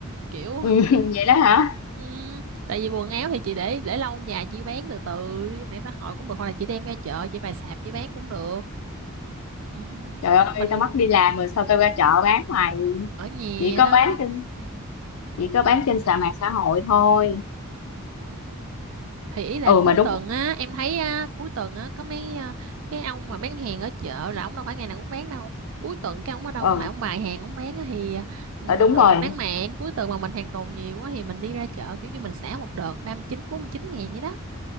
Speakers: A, on the right; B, on the left.
A: kiểu
B: <laughs> Ừ,
A: <laughs>
B: vậy đó hả
A: ừm, tại vì quần áo thì chị để để lâu dài chị bán từ từ trên mạng xã hội cũng được hoặc là chị đem ra chợ chị bày sạp chị bán cũng được Ừ,
B: trời ơi
A: mình
B: tao mất đi làm rồi sao tao ra chợ bán mày
A: ở nhà
B: chỉ có
A: đó
B: bán trên chỉ có
A: ừ.
B: bán trên sàn mạng xã hội thôi
A: Thì ý là
B: ừ
A: cuối
B: mà đúng
A: tuần á em thấy á, cuối tuần á có mấy à, cái ông mà bán hàng ở chợ là ông đâu phải ngày nào cũng bán đâu cuối tuần cái ông ở đâu
B: ừ
A: ông lại ông bày hàng ông bán á, thì à, bình
B: ờ, đúng rồi
A: thường mình bán mạng cuối tuần mà mình hàng tồn nhiều á thì mình đi ra chợ kiểu như mình xả một đợt ba mươi chín bốn mươi chín ngàn vậy đó